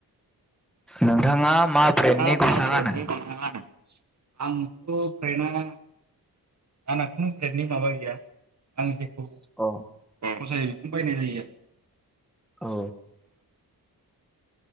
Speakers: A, in the centre; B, on the right.
A: नोंथाङा मा ब्रेन्डनि
B: <inaudible> आंथ'
A: गस्ला
B: ब्रेन्डआ
A: गानो
B: आंनाथ' ब्रेन्डनि माबा गैया आं जे उम फसायो
A: अ
B: बेखौनो बायनाय जायो
A: औ